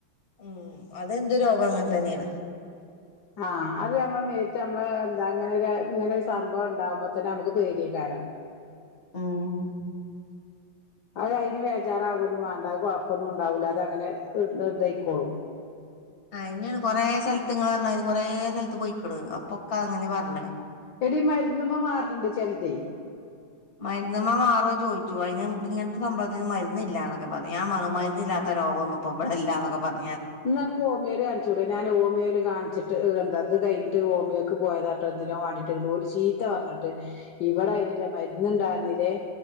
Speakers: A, on the left (about 35°); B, on the left (about 60°).
A: ഉം അതെന്ത്തു രോഗം അങ്ങനെ തന്നെയാണ്.
B: ആഹ് അത് നമ്മള് മറ്റ് നമ്മള് എന്താ അങ്ങനെ ഇങ്ങനെ ഒരു സംഭവം ഉണ്ടാവുമ്പോ തന്നെ നമ്മുക്ക് പേടിയക്കാരം <inaudible>
A: ഉം
B: അത് അതിന് വേജാറാകൊന്നും വേണ്ടാ അത് കൊഴപ്പൊന്നും ഉണ്ടാവൂല്ല. അത ങ്ങനെ ഇദയ്ക്കോളും
A: <inaudible> ആ് ഇന്നാണ് കൊറേ സ്ഥലത്ത് ങ്ങള് പറഞ്ഞമാരി കൊറേ സ്ഥലത്ത് പൊയ്ക്കണ് അപ്പളൊക്കെ അങ്ങനെ പറഞ്ഞത്.
B: എടി മര്ന്ന് മാറ്ണണ്ട് ചെൽതേയ്.
A: മര്ന്ന്മ്മെ മാറോ ചോദിച്ചു. അയിന് ഇങ്ങൻത്തെ സംഭവത്തിന് മരുന്നില്ലന്നൊക്കെ പറഞ്ഞു. ഞാൻ പറഞ്ഞു മരുന്നില്ലാത്ത രോഗൊന്നുപ്പൊ ഇബടെല്ലാന്നൊക്കെ പറഞ്ഞ
B: ഇന്നാ അനക്ക് ഹോമിയോല് കാണിച്ചൂടെ. ഞാൻ ഹോമിയോല് കാണിച്ചിട്ട് എന്താ അത് കഴിഞ്ഞിട്ട് ഓമിയോക്ക് പോയതാട്ടോ എന്തിനോ വാണ്ടീട്ട്, ഓല് ചീത്ത പറഞ്ഞിട്ട് ഇവിടെഅയിൻല്ല മരുന്ന് <unintelligible>